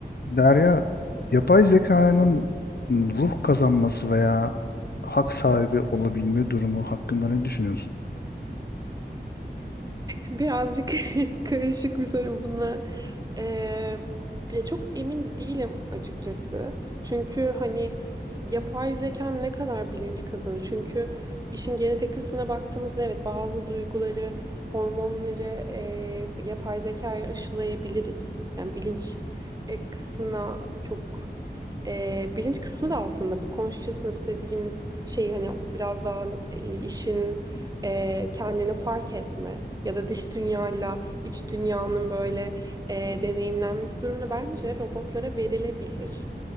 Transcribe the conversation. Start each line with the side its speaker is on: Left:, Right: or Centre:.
Left: Derya, yapay zekanın ruh kazanması veya hak sahibi olabilme durumu hakkında ne düşünüyorsun?
Right: Birazcık <laughs> karışık bir soru buna. Ee, ya çok emin değilim açıkçası. Çünkü hani yapay zeka ne kadar bilinç kazanır? Çünkü işin genetik kısmına baktığımızda evet bazı duyguları, hormonları e, yapay zekaya aşılayabiliriz. Yani bilinç e, kısmına çok e, bilinç kısmı da aslında bu consciousness dediğimiz şey hani biraz daha e, işin e, kendini fark etme ya da dış dünyayla iç dünyanın böyle e, deneyimlenmesi durumunu bence robotlara verilebilir.